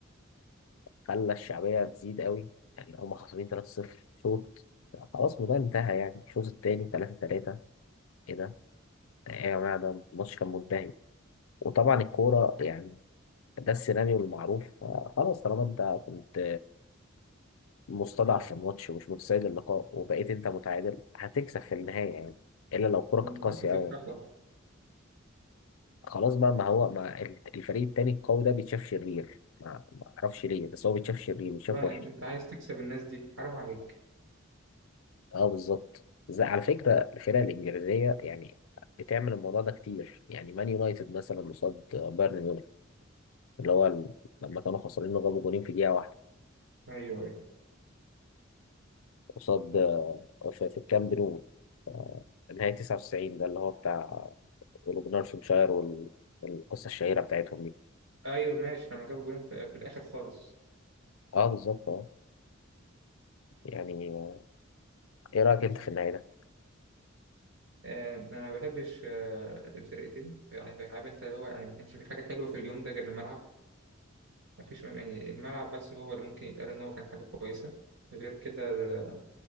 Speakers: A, on the left; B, on the right.
A: خلى الشعبية تزيد قوي يعني هم خسرانين 3-0 شوط خلاص الموضوع انتهى يعني الشوط التاني 3-3 ايه ده ايه يا جماعة ده الماتش كان منتهي وطبعا الكورة يعني ده السيناريو المعروف آه، خلاص طالما انت كنت مستضعف في الماتش ومش متسيد اللقاء وبقيت انت متعادل هتكسب في النهاية يعني الا لو الكورة
B: والناس
A: كانت قاسية
B: هتفرح
A: قوي
B: لك
A: خلاص بقى ما هو ما الفريق التاني القوي ده بيتشاف شرير ما ما اعرفش ليه بس هو بيتشاف شرير بيتشاف
B: بقى
A: وحش
B: إن- انت عايز تكسب الناس دي حرام عليك
A: اه بالظبط زي على فكرة الفرق الإنجليزية يعني بتعمل الموضوع ده كتير يعني مان يونايتد مثلا قصاد بايرن ميونخ اللي هو ال- لما كانوا خسرانين وجابوا جولين في دقيقة واحدة
B: ايوه ايوه
A: قصاد آه، في, في الكامب نو آه، نهاية 99 ده اللي هو بتاع أولوجنارشنشاير وال- والقصة الشهيرة بتاعتهم دي
B: ايوه ماشي لما جابوا جولين في, في الاخر خالص
A: اه بالظبط اه يعني آه، ايه رأيك انت في النهاية ده؟
B: آه انا ما بحبش آه الفرقتين يعني فاك- عارف انت اللي هو يعني ما كانش في حاجه حلوه في اليوم ده غير الملعب ما فيش يعني الملعب بس هو اللي ممكن يتقال ان هو كان حاجه كويسه غير كده آه،